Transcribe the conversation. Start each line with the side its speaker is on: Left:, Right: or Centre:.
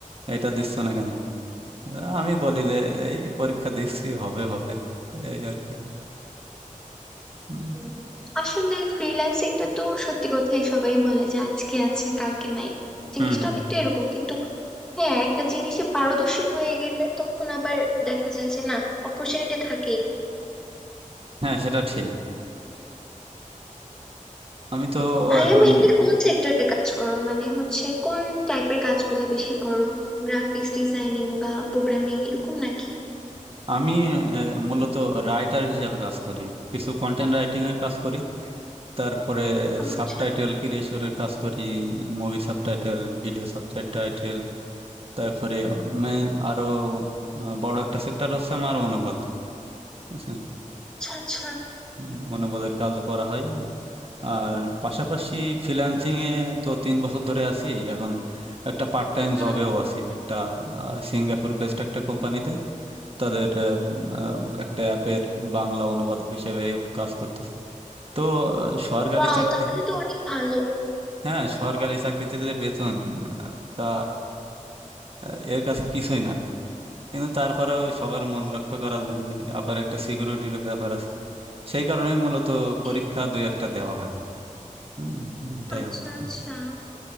Right: এটা দিচ্ছ না কেন আমি বলি যে এই পরীক্ষা দিচ্ছি হবে হবে এই আর কি হুম
Centre: হুম। আসলে ফ্রিল্যান্সিংটা তো সত্যি কথাই সবাই বলে যে আজকে আছে কালকে নাই জিনিসটা
Right: হুম হুম।
Centre: অনেকটা এরকম কিন্তু হ্যাঁ একটা জিনিসে পারদর্শী হয়ে গেলে তখন আবার দেখা যায় যে না অপরচুনিটি থাকেই
Right: হ্যাঁ সেটা ঠিক আমি তো
Centre: ভাইয়া
Right: এখন
Centre: মেইনলি কোন সেক্টরে কাজ করো মানে হচ্ছে কোন টাইপের কাজগুলো বেশি করো গ্রাফিক্স ডিজাইনিং বা প্রোগ্রামিং এরকম নাকি
Right: আমি আহ, মূলত রাইটার হিসেবে কাজ করি কিছু কন্টেন্ট রাইটিং এর কাজ করি তারপরে সাবটাইটেল
Centre: আচ্ছা
Right: ক্রিয়েশনের কাজ করি মুভি সাবটাইটেল ভিডিও সাবটাইটেল তারপরে মেন আরো আহ, বড় একটা সেক্টর হচ্ছে আমার অনুবাদ বুঝছেন
Centre: আচ্ছা আচ্ছা
Right: উম, অনুবাদের কাজও করা হয় আর পাশাপাশি ফ্রিল্যান্সিং এ তো তিন বছর ধরে আছি এখন একটা পার্ট
Centre: হুম
Right: টাইম
Centre: হুম
Right: জবেও আছি একটা আহ, সিঙ্গাপুর বেসড একটা কোম্পানিতে তাদের আহ, আহ, একটা অ্যাপের বাংলা অনুবাদক হিসেবে কাজ করতেছি তো আহ, সরকারি
Centre: ওয়াও
Right: চাকরি
Centre: তাহলে তো অনেক ভালো
Right: হ্যাঁ সরকারি চাকরিতে যে বেতন আহ, তা আহ, এর কাছে কিছুই না কিন্তু তারপরেও সবার মন রক্ষা করার জন্য আবার একটা সিকিউরিটির ব্যাপার আছে সেই কারণে মূলত
Centre: এ,
Right: পরীক্ষা দুই একটা দেওয়া হয় হুম, হুম, এটাই
Centre: আচ্ছা
Right: অবস্থা
Centre: আচ্ছা